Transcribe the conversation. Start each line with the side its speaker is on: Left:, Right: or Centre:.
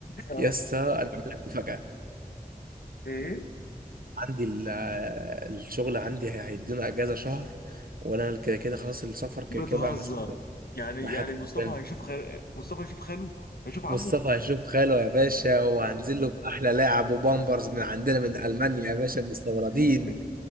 Left: اه
Right: يسا انا اعمل لك مفاجأة
Left: ايه
Right: عندي ال- الشغل عندي هي- هيدونا اجازة شهر وانا كده كده خلاص السفر كده
Left: بتهزر
Right: كده بقى مسموح
Left: يعني
Right: بحياة
Left: يعني مصطفى
Right: ربنا
Left: هيشوف خل... مصطفى هيشوف خاله هيشوف عمه
Right: مصطفى هيشوف خاله يا باشا وهنزل له بأحلى لاعب وبامبرز من عندنا من ألمانيا يا باشا مستوردين
Left: <laughs>